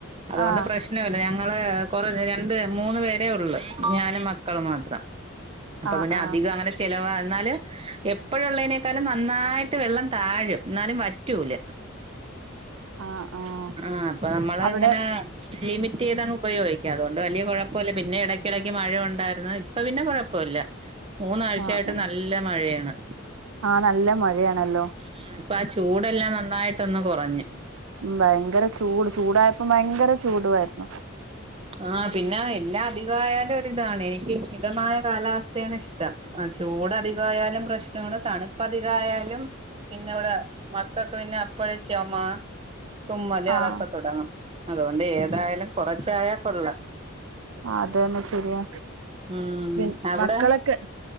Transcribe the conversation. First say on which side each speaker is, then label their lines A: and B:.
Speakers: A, on the right; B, on the right.
A: അതുകൊണ്ട്
B: ആഹ്
A: പ്രശ്നവില്ല ഞങ്ങ ഞങ്ങൾ കൊറ രണ്ട് മൂന്ന് പേര് ഉള്ളു ഞാനും മക്കളും മാത്രം അപ്പൊ
B: ആഹ്
A: പിന്നെ
B: ആഹ്
A: അധികം അങ്ങനെ ചെലവാ എന്നല് എ ഇപ്പോഴുളേനേക്കാളും നന്നായിട്ട് വെള്ളം താഴും എന്നാലും വറ്റൂല
B: ആഹ് ആഹ്
A: ആ അപ്പൊ നമ്മൾ
B: അവിടെ
A: ഇങ്ങനെ ലിമിറ്റ് ചെയ്തങ്ങ് ഉപയോഗിക്കാം അതുകൊണ്ട് വലിയ കുഴ പ്പ പിന്നെ ഇടക്കിടക്ക് മഴ ഉണ്ടായിരുന്നു ഇപ്പൊ പിന്നെ കുഴപ്പോല്ലാ മൂന്നാഴ്ചയായിട്ട്
B: ആഹ് ആഹ്
A: നല്ല മഴയാണ്
B: ആഹ് നല്ല മഴയാണല്ലോ
A: ഉം ഇപ്പൊ ആ ചൂടെല്ലാം നന്നായിട്ട് ട്ടൊന്ന് കുറഞ്ഞ
B: ഉം ഭയങ്കര ചൂട് ചൂടായപ്പോ ഭയങ്കര ചൂടുവായിരുന്നു
A: ആ പിന്നെ എല്ലാ അധികയാലും ഇതാണെ മിതമായ കാലാവസ്ഥ <unintelligible> ഇഷ്ടം ആ ചൂട അധികയാലും പ്രശ്നമാണ് തണുപ്പ് അധികയാലും പിന്നെ ഇവിടെ മക്കൾക്ക് പിന്നെ അപ്പഴെ ചുമ തുമ്മൽ
B: ആഹ്
A: അതൊക്കെ തുടങ്ങും അതുകൊണ്ട് ഏതായാലും കുറച്ചായ കൊള്ളാ
B: ആ അത് തന്നെ ശരിയാ
A: ഉം
B: പി
A: അവിടെ
B: മക്കളൊക്കെ